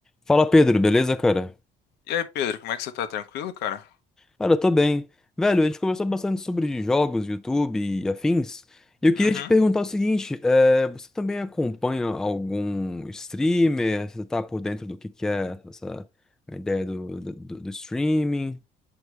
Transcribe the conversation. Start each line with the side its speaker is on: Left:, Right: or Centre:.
Centre: Fala Pedro, beleza, cara?
Left: E aí, Pedro, como é que você tá? Tranquilo, cara?
Centre: Cara, eu tô bem. Velho, a gente conversou bastante sobre jogos, YouTube e afins. E eu queria
Left: Uhum.
Centre: te perguntar o seguinte: é, você também acompanha algum streamer? Você tá por dentro do que que é essa ideia do, do, do streaming?